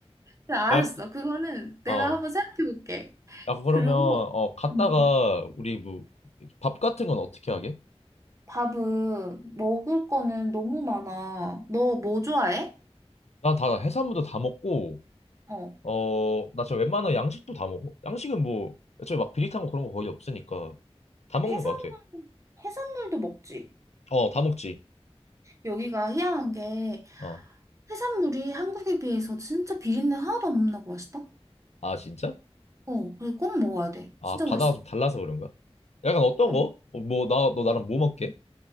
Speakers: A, on the right; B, on the left.
A: 그래, 알았어.
B: 야,
A: 그거는 내가
B: 어.
A: 한번 생각해 볼게.
B: 야, 그러면
A: 그리고,
B: 어 갔다가
A: 음,
B: 우리 뭐 밥 같은 건 어떻게 하게?
A: 밥은 먹을 거는 너무 많아. 너 뭐 좋아해?
B: 난 다 해산물도 다 먹고
A: 어,
B: 어 나 진짜 웬만한 양식도 다 먹어. 양식은 뭐 애초에 막 비릿한 거 그런 거 거의 없으니까 다 먹는
A: 해산물,
B: 것 같아.
A: 해산물도 먹지.
B: 어 다 먹지.
A: 여기가 희한한 게
B: 어.
A: 해산물이 한국에 비해서 진짜 비린내 하나도 안 나고 맛있다.
B: 아 진짜?
A: 어, 그래서 꼭 먹어야 돼.
B: 아
A: 진짜
B: 바다가
A: 맛있어.
B: 좀 달라서 그런가? 약간 어떤
A: 어,
B: 거? 어, 뭐 나 너 나랑 뭐 먹게?